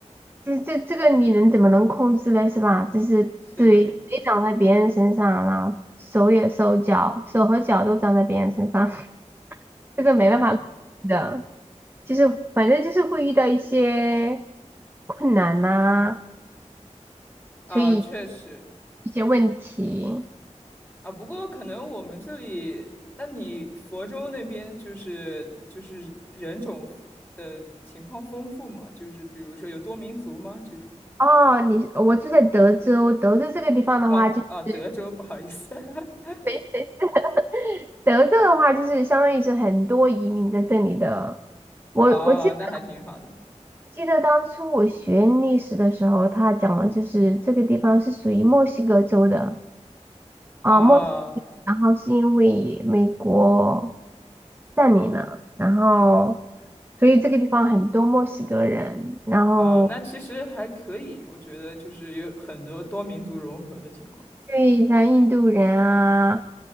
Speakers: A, on the right; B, on the left.
A: 这这这个你能怎么能控制呢？是吧？就是嘴嘴长在别人身上，
B: 是的，
A: 然后手也手脚手和脚都长在别人身上，<laughs> 这个没办法控制的。
B: 啊
A: 就是反正就是会遇到一些困难呐、
B: 啊，
A: 所以
B: 确实
A: 一些问题。
B: 啊。不过可能我们这里，那你佛州那边就是就是人种的情况丰富吗？就是比如说有多民族吗？这种。
A: 哦，你我住在德州，德州这个地方的话就
B: 哦哦，德州，
A: <laughs>
B: 不好意思。<laughs>
A: 没事没事。德州的话就是相当于是很多移民在这里的，我我记得。
B: 哦，那还挺好的。
A: 记得当初我学历史的时候，他讲了，就是这个地方是属于墨西哥州的啊，
B: 哦。
A: 墨西哥然后是因为美国占领了，然后所以这个地方很多墨西哥人，然后
B: 啊，那其实还可以，我觉得就是有很多多民族融合的情况
A: 对，像印度人啊